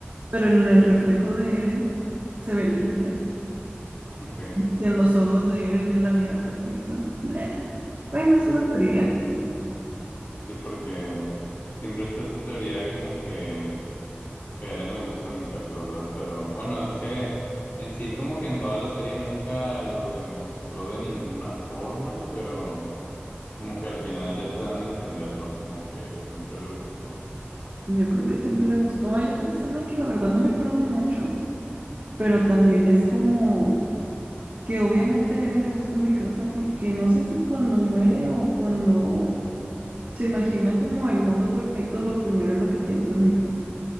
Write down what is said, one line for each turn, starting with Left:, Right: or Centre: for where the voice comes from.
Right: pero en el reflejo de Eren se ve limpia.
Left: ok.
Right: Si en los ojos de Eren él la viera perfecta. Nah. Bueno, es una teoría.
Left: Sí, porque siempre está esa teoría como que, que a Eren le gusta mi casa, ¿verdad? Pero bueno, es que en sí como que en toda la serie nunca lo demostró de ninguna forma, pero como que al final ya te dan a entender, ¿no? Como que siempre le gustó.
Right: Yo creo que siempre le gustó. Hay otra escena que la verdad no me acuerdo mucho, pero también es como que obviamente a Eren le gusta mi casa porque no sé si cuando muere o cuando se imagina como el mundo perfecto, lo primero en lo que piensa es mi casa.